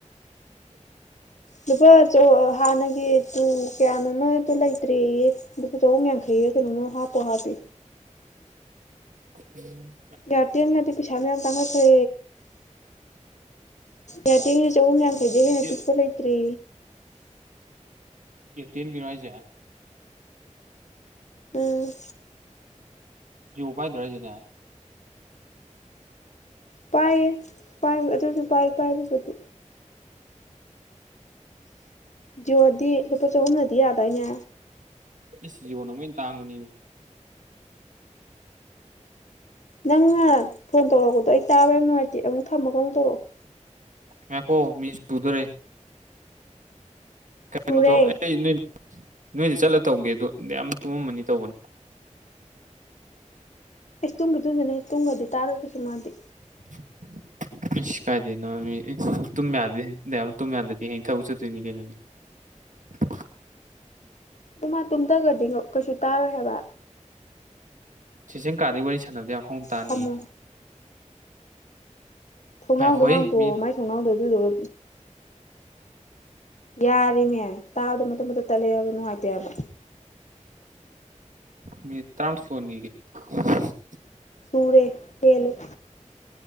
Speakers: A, on the left (about 65°); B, on the right (about 80°).
A: ꯂꯨꯄꯥ ꯍꯥꯟꯅꯒꯤ ꯇꯨ ꯀꯌꯥꯅꯣꯃꯗꯣ ꯂꯩꯇ꯭ꯔꯤꯌꯦ ꯂꯨꯄꯥꯆꯍꯨꯝ ꯌꯩꯈꯩ ꯒꯤ ꯀꯩꯅꯣꯝꯒꯤ ꯀꯩꯅꯣꯝꯃ ꯍꯥꯞꯇ ꯍꯥꯞꯄꯤ
B: ꯎꯝ
A: ꯒꯥꯔꯇ ꯉꯗꯤ ꯄꯩꯁꯥꯅ ꯁꯥ ꯆꯥꯈꯠꯈ꯭ꯔꯦ ꯌꯥꯗꯦ ꯆꯍꯨꯝ ꯌꯥꯝ ꯑꯗꯩ ꯍꯦꯟꯅ
B: ꯑꯦꯌꯥꯔꯇꯦꯜ
A: ꯄꯤꯛꯄ ꯂꯩꯇ꯭ꯔꯤ
B: ꯏ ꯇꯦꯟꯒꯤ ꯍꯥꯏꯖꯦ
A: ꯎꯝ
B: ꯖꯤꯑꯣ ꯄꯥꯏꯗ꯭ꯔ ꯍꯥꯏꯁꯤꯅꯪ
A: ꯄꯥꯏꯌꯦ ꯄꯥꯏꯕ ꯑꯗꯨꯁꯨ ꯄꯥꯏ ꯄꯥꯏꯕꯕꯨꯗꯤ ꯖꯤꯑꯣꯗꯤ ꯂꯨꯄꯥ ꯆꯍꯨꯝꯅꯗꯤ ꯌꯥꯗꯏꯅꯦ
B: ꯢꯟ ꯖꯤꯑꯦꯅꯃꯨꯛ ꯍꯦꯟꯅ ꯇꯥꯡꯕꯅꯤ
A: ꯅꯪꯅ ꯐꯣꯟ ꯇꯧꯔꯛꯄꯗꯣ ꯑꯩ ꯇꯥꯕ ꯌꯥꯝ ꯅꯨꯡꯉꯥꯏꯇꯦ ꯑꯃꯨꯛ ꯊꯝꯃꯒ ꯑꯃꯨꯛ ꯇꯧꯔꯛꯑꯣ
B: ꯃꯈꯣ ꯃꯤꯅꯤꯠꯁꯨꯗꯔꯦ ꯀꯩꯅꯣꯗꯣ
A: ꯁꯨꯔꯦ ꯑꯩꯁ
B: ꯑꯩ ꯅꯣꯏ ꯅꯣꯏꯗ ꯆꯠꯂ ꯇꯧꯒꯦꯗꯣ ꯌꯥꯝ ꯇꯨꯝꯑꯝꯃꯅꯤ ꯇꯧꯕꯅꯤ
A: ꯏꯁ ꯇꯨꯡꯒꯤꯗꯨꯗꯅꯦ ꯇꯨꯡꯒꯔꯗꯤ ꯇꯥꯔꯒꯣꯏꯁ ꯃꯥꯗꯤ
B: <unintelligible> ꯀꯥꯏꯗꯦꯅꯣꯨꯝ ꯌꯥꯗꯗꯤ ꯇꯨꯝ ꯌꯥꯗꯗꯤ ꯍꯌꯦ ꯊꯕꯛ ꯆꯠꯇꯣꯏꯅꯤ ꯀꯩꯅꯣꯅꯦ ꯍ <unintelligible>
A: ꯑꯗꯨ ꯃꯥꯇꯣꯝꯇꯒꯗꯤ ꯀꯩꯁꯨ ꯇꯥꯔꯣꯏ ꯍꯥꯏꯕ
B: ꯁꯤꯁꯦꯝ ꯀꯥꯔꯗꯒꯤ ꯋꯥꯔꯤ ꯁꯥꯟꯅꯕꯗ ꯌꯥꯝ ꯍꯥꯎꯅ ꯇꯥꯅꯤꯌꯦ꯫
A: ꯊꯝꯃꯣ ꯊꯣꯡꯅꯥꯎꯗꯣ
B: ꯉꯥꯏꯈꯣꯍꯦ
A: ꯍꯥꯡꯇꯣꯛꯑꯣ
B: ꯃꯤꯅꯤꯠ
A: ꯃꯥꯏ ꯊꯣꯡꯅꯥꯎꯗꯣ ꯑꯗꯨꯗꯨꯒ ꯌꯥꯔꯦꯃꯦ ꯇꯥꯕꯗ ꯃꯇꯠ ꯃꯇꯠ ꯇꯠꯂꯦ ꯍꯥꯏꯕ ꯅꯨꯡꯉꯥꯏꯇꯦꯕ
B: ꯃꯤꯅꯠ ꯇ꯭ꯔꯥꯥꯟ ꯁꯨꯍꯟꯈꯤꯒꯦ ꯫
A: ꯁꯨꯔꯦ ꯍꯦꯜꯂꯦ꯫